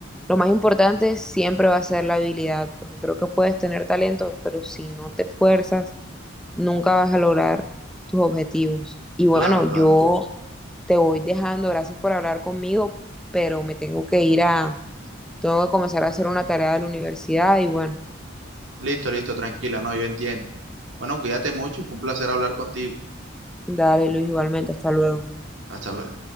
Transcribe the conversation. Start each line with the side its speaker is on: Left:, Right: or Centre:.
Centre: lo más importante siempre va a ser la habilidad, porque creo que puedes tener talento, pero si no te esfuerzas, nunca vas a lograr tus objetivos. Y bueno,
Right: Claro, claro.
Centre: yo te voy dejando, gracias por hablar conmigo, pero me tengo que ir a, tengo que comenzar a hacer una tarea de la universidad y bueno,
Right: Listo, listo, tranquila, no, yo entiendo. Bueno, cuídate mucho y fue un placer hablar contigo.
Centre: dale Luis igualmente, hasta luego.
Right: Hasta luego.